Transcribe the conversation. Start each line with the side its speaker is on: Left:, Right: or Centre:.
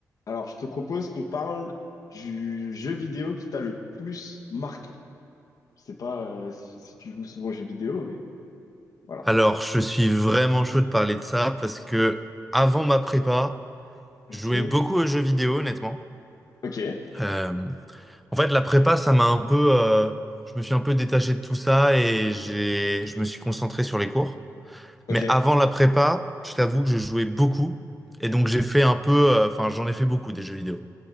Left: Alors, je te propose qu'on parle du jeu vidéo qui t'a le plus marqué. Je sais pas euh, si, si tu joues souvent aux jeux vidéo, mais voilà.
Centre: Alors, je suis vraiment chaud de parler de ça parce que avant ma prépa,
Left: Ok,
Centre: je jouais beaucoup aux jeux vidéo, honnêtement.
Left: ok,
Centre: Euh, en fait, la prépa, ça m'a un peu, euh, je me suis un peu détaché de tout ça et j'ai, je me suis concentré sur les cours.
Left: ok,
Centre: Mais avant la prépa, je t'avoue que je jouais beaucoup et donc j'ai fait un peu, euh, enfin, j'en ai fait beaucoup des jeux vidéo.